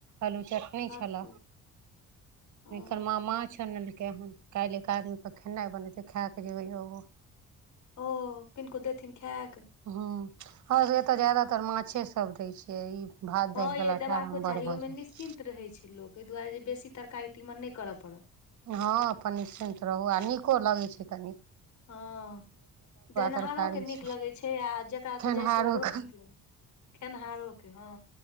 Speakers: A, on the right; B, on the left.
A: आलू चट नी छेल
B: अच्छा ओ
A: फेर माँ माछ आनलकै हन काल्हि एक आदमीके खेनाइ बनेतै खैक जे होइय ओ
B: ओ किनको देथिन खैक
A: हुँ हमरा सबके एतऽ ज्यादातर माछे सभ दै छियै ई भात
B: हँ
A: दालिके
B: यै
A: लट्ठा
B: देबाको
A: हम
B: चाही
A: बड़ भऽ
B: ओहिमे
A: जाइ
B: निश्चिन्त
A: छै
B: रहै छै लोक एहि दुआरे जे बेसी तरकारी तीमन नय करऽ पड़त
A: हँ अपन निश्चिंत रहू आ नीको लगै छै कनि
B: हँ देनहारो
A: तरकारी
B: के नीक
A: से
B: लगै छै आ जकरा ओतऽ
A: खेनिहारो
B: छै ओकरो
A: के
B: नीक लगै छै खेनहारो के हँ